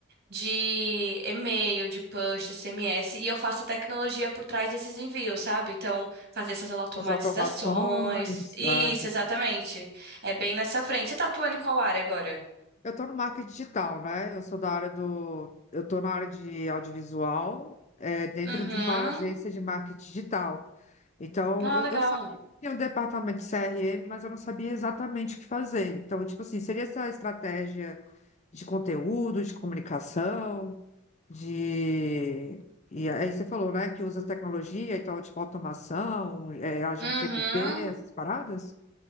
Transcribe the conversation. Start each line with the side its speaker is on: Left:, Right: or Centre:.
Right: de e-mail, de push, SMS, e eu faço a tecnologia por trás desses envios, sabe? Então, fazer essas automatizações.
Left: fazer automações.
Right: Isso,
Left: Ah,
Right: exatamente. É bem nessa frente. Você tá atuando em qual área agora?
Left: Eu estou no marketing digital, né? Eu sou da área do. Eu estou na área de audiovisual, é, dentro
Right: Uhum.
Left: de uma agência de marketing digital. Então,
Right: Ah,
Left: eu,
Right: legal.
Left: eu sabia que tinha um departamento de CRM, mas eu não sabia exatamente o que fazer. Então, tipo assim, seria essa estratégia de conteúdo, de comunicação, de. E aí você falou, né, que usa tecnologia, então, tipo, automação, é, agente
Right: Uhum.
Left: GPT, essas paradas?